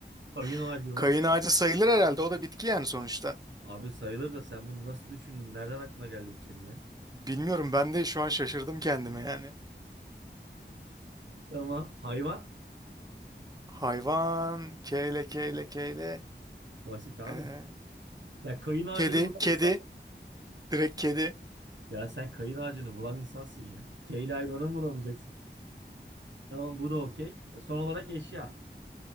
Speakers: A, on the right; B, on the right.
A: Oyun
B: <laughs>
A: ağacı mı?
B: Kayın ağacı sayılır herhalde. O da bitki yani sonuçta.
A: Abi sayılır da sen bunu nasıl düşündün? Nereden aklına geldi bu senin ya?
B: Bilmiyorum ben de şu an şaşırdım kendime yani.
A: Tamam. Hayvan.
B: Hayvan. Keyle keyle keyle.
A: Basit abi.
B: Ee,
A: Ya kayın ağacını
B: kedi.
A: bulan
B: Kedi.
A: insan mı?
B: Direkt kedi.
A: Ya sen kayın ağacını bulan insansın ya. K ile hayvanı mı bulamayacaksın? Tamam bu da okey. E, son olarak eşya.